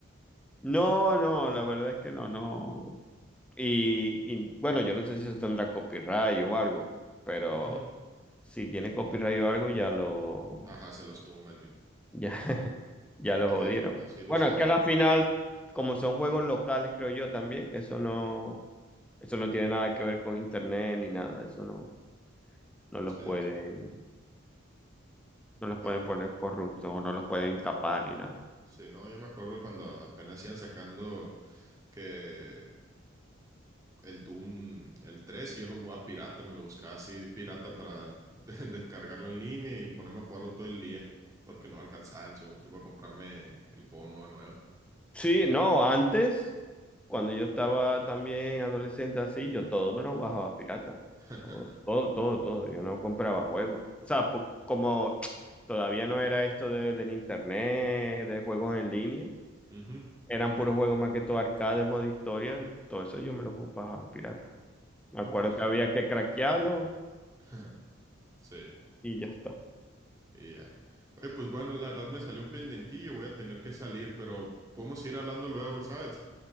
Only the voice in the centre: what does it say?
No, no, la verdad es que no, no. Y, y, bueno, yo no sé si eso tendrá copyright o algo, pero
si tiene copyright o algo, ya lo,
ya, <laughs> ya lo
jodieron.
Bueno,
es que a la final, como son juegos locales, creo yo también, eso no, eso no tiene nada que ver con internet ni nada, eso no. No los
pueden, no los pueden
poner corruptos o no los pueden capar ni nada.
Sí, no, antes, cuando yo estaba también adolescente así, yo todo me lo bajaba pirata.
Todo, todo, todo, todo. Yo no compraba juegos. O sea, po- como todavía no era esto de- del internet, de juegos en línea,
eran puros juegos más que todo arcade, modo historia, todo eso yo me lo bajaba pirata. Me
acuerdo
que había que craquearlo
y ya está.